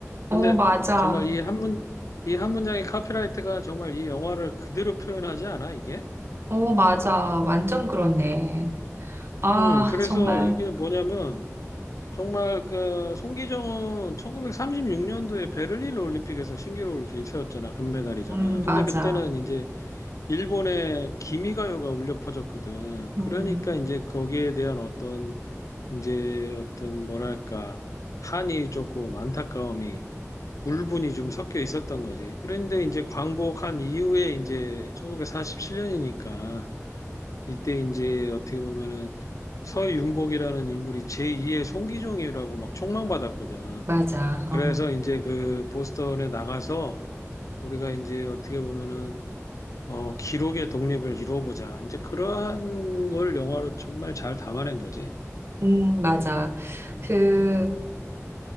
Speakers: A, on the left (about 80°); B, on the right (about 50°).
A: 근데
B: 어, 맞아.
A: 정말 이 한 문, 이 한 문장의 카피라이트가 정말 이 영화를 그대로 표현하지 않아, 이게?
B: 어, 맞아. 완전 그렇네. 아,
A: 음, 그래서
B: 정말.
A: 이게 뭐냐면 정말 그 송기정은 1936년도에 베를린 올림픽에서 신기록을 기- 세웠잖아. 금메달이잖아.
B: 음,
A: 근데
B: 맞아.
A: 그때는 이제 일본의 기미가요가 울려 퍼졌거든. 그러니까
B: 음,
A: 이제 거기에 대한 어떤 이제 어떤 뭐랄까 한이 조금 안타까움이 울분이 좀 섞여 있었던 거지. 그런데 이제 광복한 이후에 이제 1947년이니까 이때 이제 어떻게 보면은 서윤복이라는 인물이 제2의 송기종이라고 막 총망받았거든.
B: 맞아.
A: 그래서
B: 어,
A: 이제 그 보스턴에 나가서 우리가 이제 어떻게 보면은 어, 기록의 독립을 이루어보자. 이제 그러한 걸 영화로 정말 잘 담아낸 거지.
B: 음, 맞아. 그,